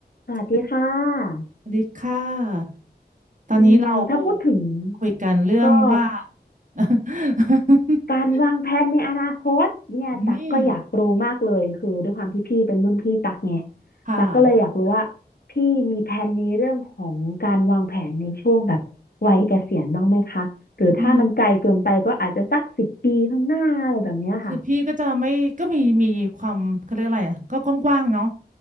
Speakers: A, on the left; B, on the right.
A: สวัสดีค่ะ
B: สวัสดีค่ะ ตอนนี้เรา
A: อืมถ้าพูดถึง
B: คุยกันเรื่องว่า
A: ก็
B: <laughs>
A: การวางแผนในอนาคตเนี่ยตักก็อยากรู้มากเลยคือด้วยความที่พี่เป็นรุ่นพี่ตักไง
B: นี่ค่ะ
A: ตักก็เลยอยากรู้ว่าพี่มีแผนในเรื่องของการวางแผนในช่วงแบบวัยเกษียณบ้างไหมคะหรือถ้ามันไกลเกินไปก็อาจจะสักสิบปีข้างหน้าอะไรแบบเนี้ยค่ะ
B: มี คือพี่ก็จะไม่ก็มีมีความเขาเรียกอะไรอ่ะก็กว้างๆเนาะ